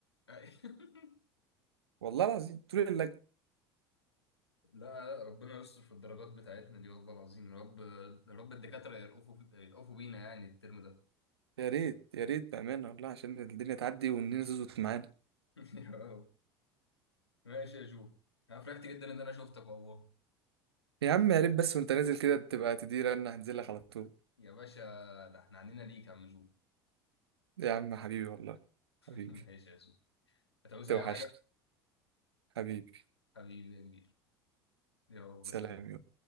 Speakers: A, on the left; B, on the right.
A: <laughs>
B: والله العظيم طول اللجنه
A: لا لا ربنا يستر في الدرجات بتاعتنا دي والله العظيم يا رب يا رب الدكاترة يرقفوا يرقفوا بينا يعني الترم ده
B: يا ريت يا ريت بامانه والله عشان الدنيا تعدي والدنيا تظبط معانا
A: <laughs> يا رب ماشي يا جو انا فرحت جدا ان انا شفتك والله
B: يا عم يا ريت بس وانت نازل كده تبقى تدير انا هنزل لك على طول
A: يا باشا ده احنا علينا ليك يا عم جو
B: يا عم حبيبي والله
A: <laughs>
B: حبيبي
A: ماشي يا جو هتعوز
B: توحشني
A: اي حاجة
B: حبيبي
A: حبيبي يا كبير يا الله
B: سلام
A: سلام
B: يا